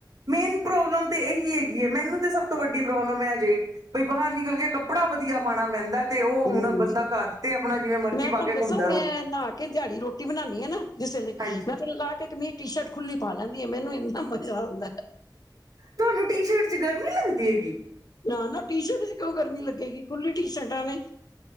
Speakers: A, on the right (about 50°); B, on the left (about 55°).
A: ਮੇਨ ਪ੍ਰੋਬਲਮ ਤੇ ਇਹੀ ਹੈਗੀ ਹੈ ਮੈਨੂੰ ਤਾਂ ਸਭ ਤੋਂ ਵੱਡੀ ਪ੍ਰੋਬਲਮ ਹੈ ਜੇ ਬਈ ਬਾਹਰ ਨਿਕਲ ਕੇ ਕੱਪੜਾ ਵਧੀਆ ਪਾਉਣਾ ਪੈਂਦਾ ਤੇ ਉਹ
B: ਹਮ
A: ਹੁਣ ਬੰਦਾ ਘਰ ਤੇ ਆਪਣਾ ਜਿਵੇਂ ਮਰਜ਼ੀ
B: ਮੈਂ
A: ਪਾ
B: ਤੁਹਾਨੂੰ
A: ਕੇ
B: ਦੱਸਾਂ
A: ਘੁੰਮਦਾ
B: ਮੈਂ
A: ਰਹੋ
B: ਨਾਹਾ ਕੇ ਦਿਹਾੜੀ ਰੋਟੀ ਬਣਾਉਾਨਣੀ ਆ ਨਾ ਜਿਸ ਵੇਲੇ,
A: ਹਾਂਜੀ
B: ਮੈਂ ਤੇ ਲਾ ਕੇ ਕਮੀਜ, ਟੀ ਸ਼ਰਟ ਖੁੱਲੀ ਪਾ ਲੈਂਦੀ ਆ ਮੈਨੂੰ ਇੰਨਾ ਮਜ਼ਾ ਆਉਂਦਾ।
A: ਤੁਹਾਨੂੰ ਟੀ ਸ਼ਰਟ ਚ ਗਰਮੀ ਨੀ ਲੱਗਦੀ ਹੈਗੀ।
B: ਨਾ ਨਾ ਟੀ ਸ਼ਰਟ ਚ ਕਿਉਂ ਗਰਮੀ ਲੱਗੇਗੀ, ਖੁੱਲੀ ਟੀ ਸ਼ਰਟਾਂ ਨੇ